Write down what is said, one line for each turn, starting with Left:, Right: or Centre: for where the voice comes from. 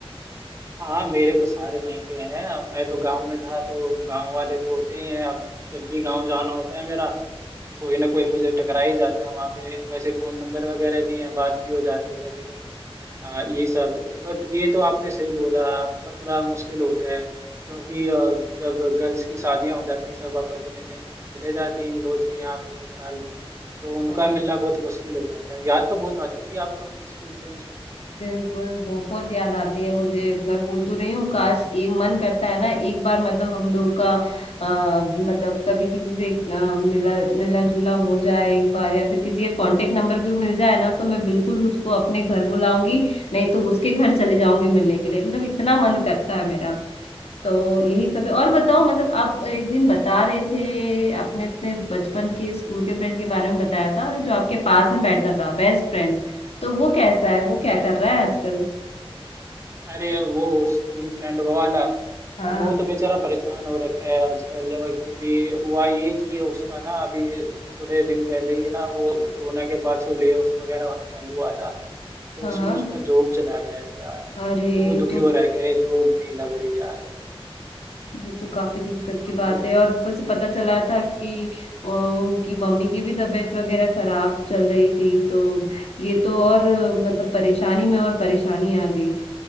Right: हाँ मेरे तो सारे वहीं पे हैं अब मैं तो गांव में था तो गांव वाले तो होते ही हैं अब जब भी गांव जाना होता है मेरा कोई ना कोई मुझे टकरा ही जाता है वहाँ पे वैसे फोन नंबर वगैरह भी हैं बात भी हो जाती है कभी कभी आ, ये सब बट ये तो आपने सही बोला आपका थोड़ा मुश्किल होता है क्योंकि आ, जब गर्ल्स की शादियां हो जाती सब आप अपने कहीं चले जाते हैं इन लोग के यहाँ पे ससुराल में तो उनका
Left: हाँ।
Right: मिलना बहुत मुश्किल हो जाता है याद तो बहुत आती होगी आपको अपने स्कूल फ्रेंड्स की
Left: बिल्कुल बहुत याद आती है मुझे मैं बोल तो रही हूँ काश एक मन करता है ना एक बार मतलब हम लोग का आ, मतलब कभी किसी से अ, मिला मिलना जुलना हो जाए एक बार या फिर किसी का कांटेक्ट नंबर भी मिल जाए ना तो मैं बिल्कुल उसको अपने घर बुलाऊंगी नहीं तो उसके घर चले जाऊंगी मिलने के लिए मतलब इतना मन करता है मेरा तो यही सब है और बताओ मतलब आप एक दिन बता रहे थे आपने अपने बचपन के स्कूल के फ्रेंड के बारे में बताया था जो आपके पास में बैठता था बेस्ट फ्रेंड तो वो कैसा है वो क्या कर रहा है आजकल
Right: अरे वो स्कूल फ्रेंड वो वाला
Left: हाँ
Right: अब वो तो बेचारा परेशान हो रखा है आजकल क्योंकि हुआ ये कि उसका ना अभी थोड़े दिन पहले ही ना वो कोरोना के बाद से ले ऑफ वगैरह होना चालू हुआ था तो
Left: हाँ
Right: उसमें उसका जॉब चला गया है यार
Left: अरे
Right: तो वो दुखी
Left: तो
Right: हो रहा है कह रहे जॉब नहीं लग रही यार मेरी
Left: ये तो काफी दिक्कत की
Right: हाँ
Left: बात
Right: तो
Left: है और ऊपर से
Right: हाँ
Left: पता चला था कि अ, उनकी मम्मी की भी तबीयत वगैरह खराब चल रही थी तो ये तो और अ, मतलब परेशानी में और परेशानी आ गई